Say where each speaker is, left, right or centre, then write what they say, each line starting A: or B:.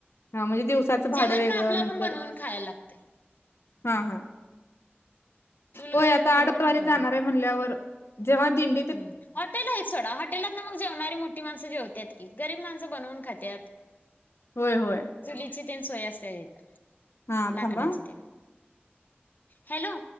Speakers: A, on the left (about 80°); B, on the left (about 45°).
A: हा म्हणजे दिवसाचं भाडं
B: जेवण
A: वेगळं
B: काय आपल
A: नंतर
B: आपुन बनवून खायला लागतय.
A: हा हा
B: चूल
A: होय
B: घालून
A: आता
B: बनवून
A: आडतवारी
B: आपलं
A: जाणार आहे म्हणल्यावर जेव्हा दिं
B: ह हॉटेल आहे सोडा, हॉटेलात ना मग जेवणारी मोठी माणसं जेवत्यात की, गरीब माणसं बनवून खात्यात.
A: होय होय.
B: चुलीची तेन सोय असत्या तीत
A: हा
B: लाकडाची
A: थांबा
B: तेन, हॅलो